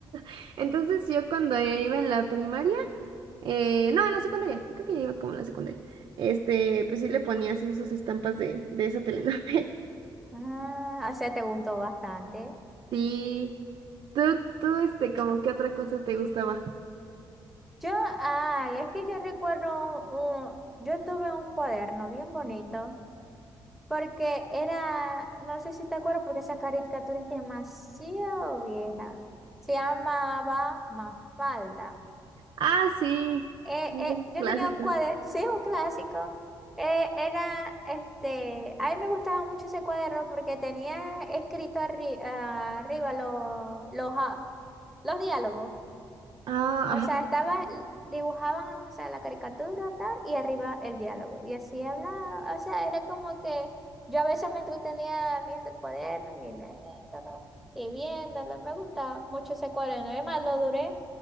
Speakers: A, on the right; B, in the centre.
A: <laughs> Entonces yo cuando iba en la primaria, eh, no, en la secundaria, creo que ya iba como en la secundaria, este, pues sí le ponía así sus estampas de, de esa telenovela.
B: Ah, o sea, te gustó bastante.
A: Sí. Tú, tú, este, como que otra cosa te gustaba.
B: Yo, ay, es que yo recuerdo un, yo tuve un cuaderno bien bonito Porque era, no sé si te acuerdas, porque esa caricatura es demasiado vieja. Se llamaba Mafalda.
A: Ah, sí.
B: Eh,
A: Sí,
B: eh,
A: Es
B: yo
A: clásico.
B: tenía un cuaderno, sí, un clásico. Eh, era, este, a mí me gustaba mucho ese cuaderno porque tenía escrito arri- arriba los, los, a- los diálogos.
A: Ah,
B: O
A: ajá.
B: sea, estaba, dibujaban, o sea, la caricatura tal, y arriba el diálogo. Y así hablaba, o sea, era como que yo a veces me entretenía viendo el cuaderno y leyéndolo, y viéndolo. Me gustaba mucho ese cuaderno. Además, lo duré,